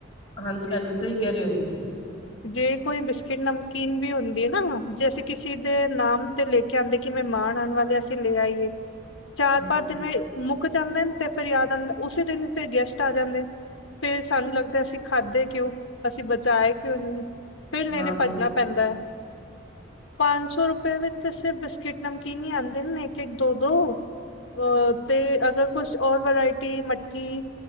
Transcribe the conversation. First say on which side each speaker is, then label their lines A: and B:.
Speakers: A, on the left; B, on the left.
A: ਹਾਂਜੀ-ਹਾਂਜੀ ਸਈ ਕੈ ਰੇ ਓ ਜੀ।
B: ਜੇ ਕੋਈ ਬਿਸਕਿਟ, ਨਮਕੀਨ ਵੀ ਹੁੰਦੀ ਏ ਨਾ ਜੇ ਅਸੀਂ ਕਿਸੀ ਦੇ ਨਾਮ 'ਤੇ ਲੇ ਕੇ ਆਂਦੇ ਕੀ ਮਹਿਮਾਨ ਆਣ ਵਾਲੇ ਅਸੀਂ ਲੈ ਆਈਏ। ਚਾਰ-ਪੰਜ
A: ਹਾਂਜੀ
B: ਦਿਨ ਮੇ ਮੁੱਕ ਜਾਂਦੇ ਨੇ 'ਤੇ ਫੇਰ ਯਾਦ ਆਂਦਾ ਉਸੀ ਦਿਨ ਫਿਰ ਗੈਸਟ ਆ ਜਾਂਦੇ ਐ ਫੇਰ ਸਾਨੂੰ ਲੱਗਦਾ ਅਸੀਂ ਖਾਧੇ ਕਿਉਂ, ਅਸੀਂ ਬਚਾਏ ਕਿਉਂ ਨੀ। ਫੇਰ ਲੈਣੇ
A: ਹਾਂ
B: ਭੱਜਣਾ
A: ਫਿਰ
B: ਪੈਂਦਾ ਐ, ਪੰਜ ਸੌ ਰੁਪਏ ਵਿੱਚ ਸਿਰ ਬਿਸਕਿਟ, ਨਮ ਕੀਨ ਈ ਆਂਦੇ ਨੇ ਇੱਕ-ਇੱਕ, ਦੋ-ਦੋ ਅ 'ਤੇ ਅਗਰ ਕੁਸ਼ ਔਰ ਵਰਾਇਟੀ ਮੱਠੀ